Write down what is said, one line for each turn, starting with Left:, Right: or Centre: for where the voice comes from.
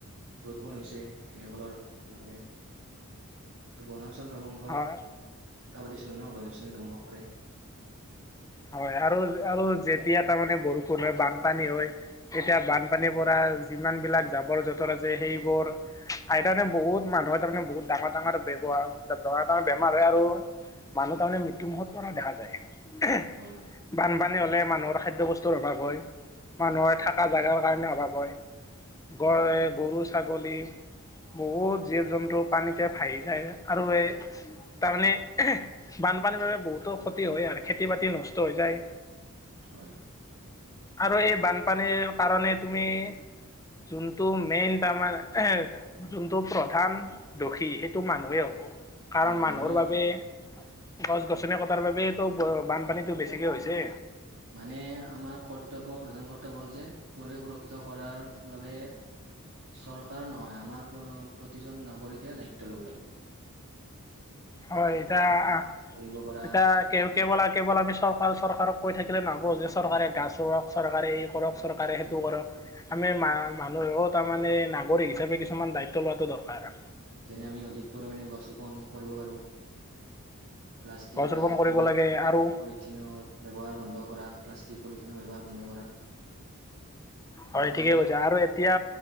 Right: প্ৰদূষণ হৈছে সেইসকলৰ বাবে আৰু বনাঞ্চল ধ্বংস।
Left: হয়
Right: কথা পাতিছিলো ন গজ গছনি ধ্বংস কৰে।
Left: হয় আৰু আৰু যেতিয়া তাৰমানানে বৰষুণ হয় বানপানী হয়। এতিয়া বানপানীৰ পৰা যিমান বিলাক জাবৰ জোথৰ আছে সেইবোৰ। আ তাৰানে বহুত মানুহৰ তাৰমানে বহুত ডাঙৰ ডাঙৰ ব্যৱহাৰ ডাঙৰ ডাঙৰ বেমাৰ হয় আৰু। মানুহ তাৰমানে মৃত্যুমুখত পৰা দেখা যায়।
Right: হয় হয়।
Left: পানী হ'লে মানুহৰ খাদ্য বস্তুৰ অভাৱ হয় মানুহৰ
Right: হয়
Left: থকা জেগাৰ কাৰণে অভাৱ হয়। গডে গৰু ছাগলী। বহুত জীৱ জন্তু পানীতে ভাহি যায় আৰু এই। তাৰমানে বানপানীৰ বাবে বহুতো ক্ষতি হয় আৰু খেতি বাতি নষ্ট হৈ যায়।
Right: হয় হয় হয়
Left: আৰু এই বানপানীৰ কাৰণে তুমি। যোনটো মেইন তাৰমানাৰ এ যোনটো প্ৰধান দোষী সেইটো মানুহে হ'ব। কাৰণ
Right: হয়
Left: মানুহৰ
Right: মানুহে হয়তো
Left: বাবে গছ গছনি কটাৰ বাবে তো বানপানীতটো বেছি। ঠিকে হৈছে।
Right: মানে আমাৰ কৰ্তব্য প্ৰধান কৰ্তব্য হ'ল যে পৰিৱেশ সুৰক্ষিত কৰাৰ বাবে। চৰকাৰ নহয় আমাৰ প্ৰতিজন নাগৰিকে দায়িত্ব ল'ব লাগিব।
Left: হয় এতিয়া আহ।
Right: কৰিব পৰা
Left: তেতিয়া
Right: কিছুমান
Left: কে কেৱল আৰু কেৱল আমি চৰকাৰ চৰকাৰক কৈ থাকিলে নহ। যে চৰকাৰে গা চ ৰক চৰকাৰে এই কৰক চৰকাৰে
Right: উপায়
Left: সেইটো
Right: হয়
Left: কৰক আমি মা মানুহত। তাৰ মানে নাগৰিক হিচাপে কিছুমান দায়িত্ব লোৱাটো দৰকাৰ।
Right: যেনে আমি অধিক পৰিমাণে গছ ৰোপন কৰিব পাৰো। প্লাষ্টিক
Left: গছ
Right: বা
Left: ৰোপন কৰিব
Right: পলিথিনৰ
Left: লাগে আৰু
Right: ব্যৱহাৰ বন্ধ কৰা প্লাষ্টিক। পলিথিনৰ ব্যৱহাৰ বন্ধ কৰা আৰু
Left: হয়
Right: পানী
Left: ঠিকেই কৈছে আৰু এতিয়া।